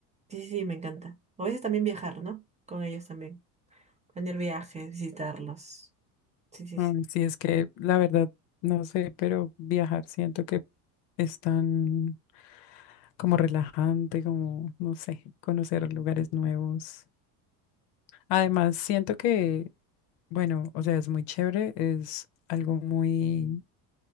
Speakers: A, on the right; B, on the left.
A: Sí, sí, sí, me encanta. O a veces también viajar, ¿no? Con ellos también. Planear viajes, visitarlos. Sí, sí,
B: Ay,
A: sí.
B: sí, es que la verdad, no sé, pero viajar siento que es tan como relajante, como, no sé, conocer lugares nuevos. Además, siento que, bueno, o sea, es muy chévere, es algo muy